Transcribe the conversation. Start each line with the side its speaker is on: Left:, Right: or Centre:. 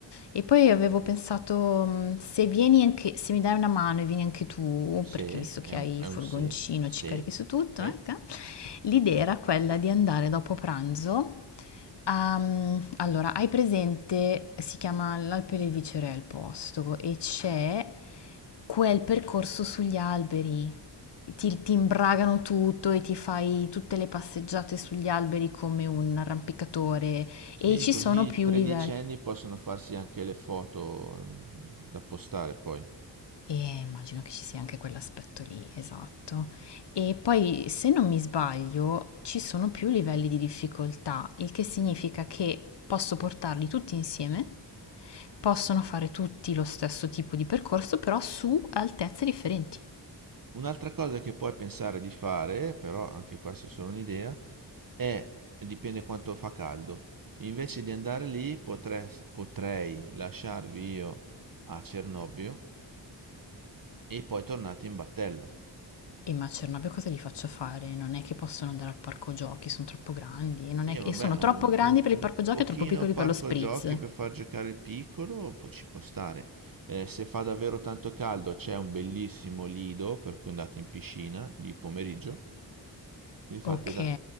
Left: E poi avevo pensato, mh, se vieni anche, se mi dai una mano e vieni anche tu,
Right: Se,
Left: perché visto
Right: è
Left: che
Right: un,
Left: hai
Right: è
Left: il furgoncino,
Right: un se, se,
Left: ci carichi su tutto,
Right: ok?
Left: ecco, l'idea era quella di andare dopo pranzo Ehm, allora, hai presente, si chiama l'Alpe del Viceré il posto e c'è quel percorso sugli alberi. Ti, ti imbragano tutto e ti fai tutte le passeggiate sugli alberi come un arrampicatore
Right: Sì,
Left: e ci
Right: così
Left: sono più
Right: i tredicenni
Left: livelli.
Right: possono farsi anche le foto mm, da postare poi.
Left: E immagino che ci sia anche quell'aspetto lì, esatto. E poi, se non mi sbaglio, ci sono più livelli di difficoltà, il che significa che posso portarli tutti insieme, possono fare tutti lo stesso tipo di percorso, però su altezze differenti.
Right: Un'altra cosa che puoi pensare di fare, però anche questa è solo un'idea, è, dipende quanto fa caldo, invece di andare lì potres- potrei lasciarvi io a Cernobbio e poi tornate in battello.
Left: E ma a Cernobbio cosa gli faccio fare? Non è che possono andare al parco giochi, sono troppo grandi, e non
Right: E
Left: è- che...
Right: vabbè,
Left: e sono troppo
Right: un,
Left: grandi
Right: un-
Left: per
Right: un
Left: il parco giochi
Right: pochino
Left: e troppo piccoli
Right: parco
Left: per lo spritz.
Right: giochi per far giocare il piccolo po- ci può stare. Eh, se fa davvero tanto caldo c'è un bellissimo lido per cui andate in piscina di pomeriggio. Vi fate
Left: Ok,
Right: la-